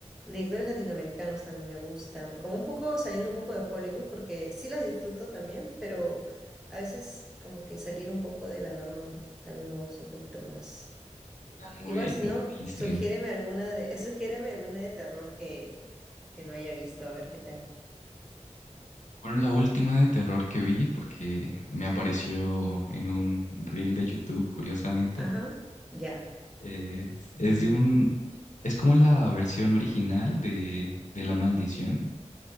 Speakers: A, in the centre; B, on the left.
A: directores latinoamericanos también me gustan, como un poco saliendo un poco de Hollywood, porque sí las disfruto también, pero a veces como que salir un poco de la norma también me gusta un poquito más.
B: Están muy,
A: Igual si
B: muy
A: no,
B: mainstream.
A: sugiéreme alguna de, <laughs> sugiéreme alguna de terror que, que no haya visto, a ver qué tal.
B: Bueno, la última de terror que vi, porque me apareció en un reel de YouTube, curiosamente,
A: Ajá, ya.
B: Eh, es de un, es como la versión original de, de La Maldición